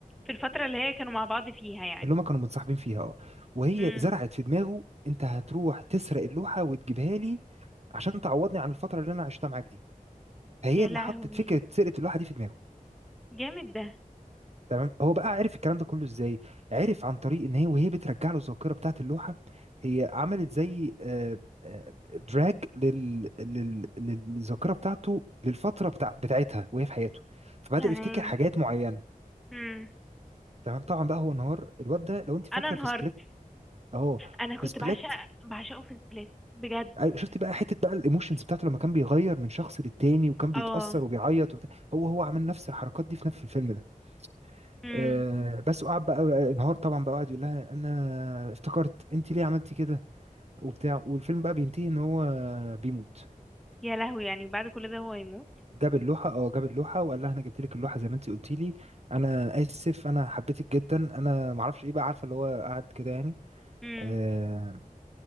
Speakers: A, in the centre; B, on the right (about 50°).
A: في الفترة اللي هي كانوا مع بعض فيها يعني
B: اللي هما كانوا متصاحبين فيها اه وهي
A: مم.
B: زرعت في دماغه انت هتروح تسرق اللوحه وتجيبها لي عشان تعوضني عن الفتره اللي انا عشتها معاك دي فهي
A: يا
B: اللي
A: لهوي
B: حطت فكره سرقه اللوحه دي في دماغه
A: جامد ده
B: تمام هو بقى عرف الكلام ده كله ازاي عرف عن طريق ان هي وهي بترجع له الذاكره بتاعه اللوحه هي عملت زي آه، آه، دراج لل... لل... للذاكره بتاعته للفتره بتاع... بتاعتها وهي في حياته فبدا
A: تمام
B: يفتكر حاجات معينه
A: مم.
B: تمام طبعا بقى هو انهار الواد ده لو انت فاكره
A: انا انهارت
B: في سبليت اهو
A: انا كنت
B: في سبليت
A: بعشق بعشقه في سبليت بجد
B: ايوه شفتي بقى حته بقى الايموشنز بتاعته لما كان بيغير من شخص للتاني وكان بيتاثر
A: اه
B: وبيعيط وبتاع هو هو عمل نفس الحركات دي في نفس الفيلم ده
A: امم
B: آه، بس وقعد بقى انهار طبعا بقى وقعد يقول لها انا افتكرت انت ليه عملتي كده وبتاع والفيلم بقى بينتهي ان هو بيموت
A: يا لهوي يعني بعد كل ده هو يموت
B: جاب اللوحه اه جاب اللوحه وقال لها انا جبت لك اللوحه زي ما انت قلتي لي انا اسف انا حبيتك جدا انا ما اعرفش ايه بقى عارفه اللي هو قعد كده يعني
A: امم
B: آه